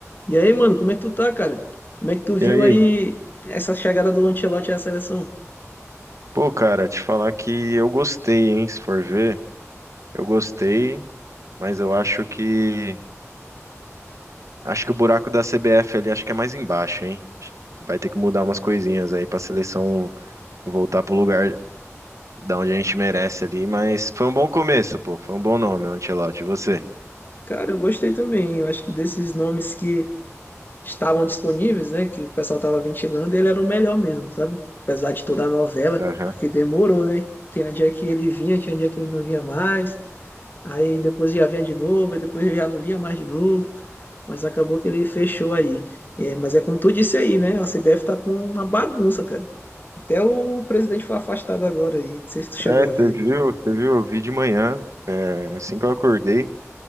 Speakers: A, on the left (about 40°); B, on the right (about 70°).
A: E aí, mano, como é que tu tá, cara? Como é que tu viu
B: E aí?
A: aí essa chegada do Ancelotti à seleção?
B: Pô, cara, te falar que eu gostei, hein? Se for ver, eu gostei, mas eu acho que acho que o buraco da CBF ali acho que é mais embaixo, hein? Acho que Vai ter que mudar umas coisinhas aí pra seleção voltar pro lugar da onde a gente merece ali, mas foi um bom começo, pô. Foi um bom nome, Ancelotti. E Você?
A: Cara, eu gostei também. Eu acho que desses nomes que estavam disponíveis, né, que o pessoal tava ventilando, ele era o melhor mesmo, sabe? Apesar de toda a novela,
B: Aham.
A: porque demorou, né? Tinha dia que ele vinha, tinha dia que ele não vinha mais. Aí depois já vinha de novo, e depois já não vinha mais de novo. Mas acabou que ele fechou aí. É, mas é como tu disse aí, né? A CBF tá com uma bagunça, cara. Até o presidente foi afastado agora aí. Não sei se tu chegou
B: É,
A: a
B: você
A: ver.
B: viu, você viu, eu vi de manhã, é, assim que eu acordei.